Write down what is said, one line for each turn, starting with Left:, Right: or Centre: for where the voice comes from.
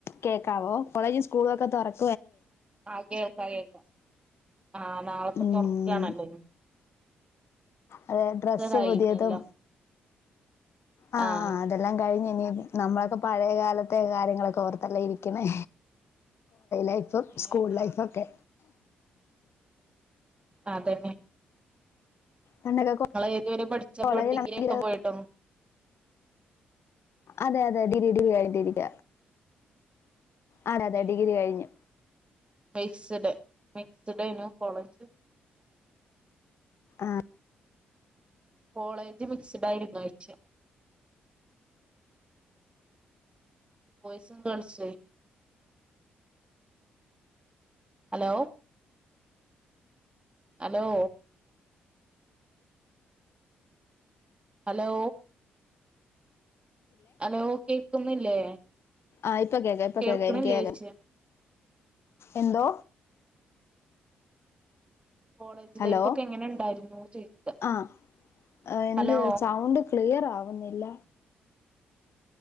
Left: കേൾക്കാവോ കോളേജും സ്കൂളുംൊക്കെ തുറക്ക
Right: ആഹെ കയക്ക ആഹ് നാളെപ്പ
Left: ഉം
Right: തുറക്കാണല്ലോ ഇ
Left: അതെ ഡ്രസ്
Right: കഴിഞ്ഞല്ലോ
Left: പുതിയതും ആ
Right: ആഹ്
Left: ആ അതെല്ലാം കഴിഞ്ഞു നമ്മളൊക്കെ പഴയ കാലത്തെ കാര്യങ്ങളൊക്കെ ഓർത്തല്ല ഇരിക്കണേ ലൈഫും
Right: ഏഹ്
Left: സ്കൂൾ
Right: ആഹ്
Left: ലൈഫൊക്കെ
Right: ആതന്നെ
Left: പണ്ടൊക്കെ
Right: നിങ്ങ ഏതുവരെ പഠിച്ചപ്പോ
Left: കോളേജിലാണെങ്കില്
Right: ഡിഗ്രി ഒക്കെ പോയിട്ടും
Left: അതെ അതെ അത ഡിഗ്രി ഡിഗ്രി കഴിിരിക്ക ആരാതെ
Right: ഏഹ്
Left: ഡിഗ്രി കഴിഞ്ഞു
Right: മിക്സ്ഡ് മിക്സ്ഡന കൊളഞ്ച്
Left: ആ
Right: കോളേജ് മിക്സഡ് ആയിരരുന്നു ആഴ്ച ബോയ്സും girls hello hello hello hello കേൾക്കുന്നില്ലേ
Left: ആയി ഇപ്പൊ കേൾക്ക ഇപ്പൊ
Right: കേൾക്കണില്ലേയ്ച്ച
Left: കേൾക്കാം എനിക്ക് കോം എന്ത
Right: കോളേജ്
Left: ഹലോ
Right: ലൈഫ് ഒക്കെ എങ്ങനെ ഉണ്ടായിരുന്നു ചോദിക്ക
Left: ആഹ എനിക്ക്
Right: ഹലോ
Left: സൗണ്ട് ക്ലിയർ ആവുന്നില്ല